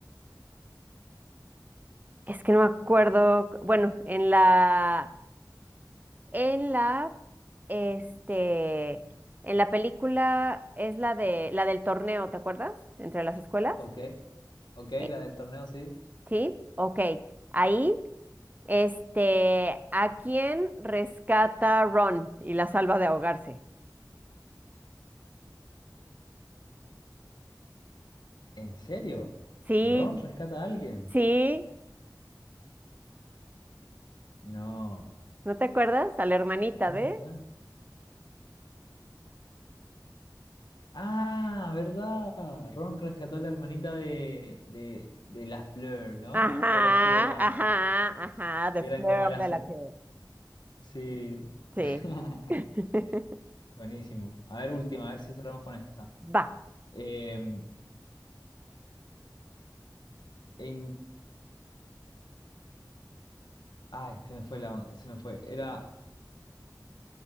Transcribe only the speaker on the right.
Es que no me acuerdo. Bueno, en la, en la, este, en la película es la de, la del torneo, ¿te acuerdas? Entre las escuelas.
Eh,
Sí, ok. Ahí, este, ¿a quién rescata Ron y la salva de ahogarse?
Sí,
sí,
¿no te acuerdas? A la hermanita
de.
Ajá,
ajá, ajá, The
Flare
of
Delacour.
Sí.
<laughs>
Sí.
Va.